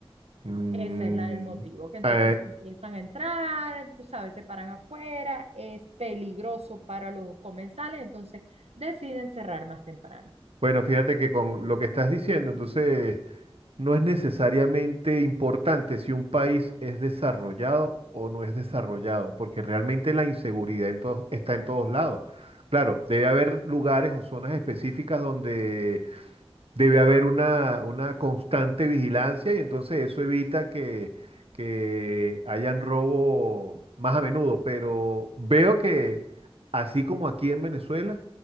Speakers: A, on the right (about 70°); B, on the right (about 85°).
A: Mm,
B: Ese es la, el motivo, que entonces
A: eh,
B: empiezan a entrar, tú sabes, se paran afuera, es peligroso para los comensales, entonces deciden cerrar más temprano.
A: bueno, fíjate que con lo que estás diciendo, entonces no es necesariamente importante si un país es desarrollado o no es desarrollado, porque realmente la inseguridad en todos- está en todos lados. Claro, debe haber lugares o zonas específicas donde debe haber una, una constante vigilancia y entonces eso evita que, que hayan robo más a menudo. Pero veo que así como aquí en Venezuela,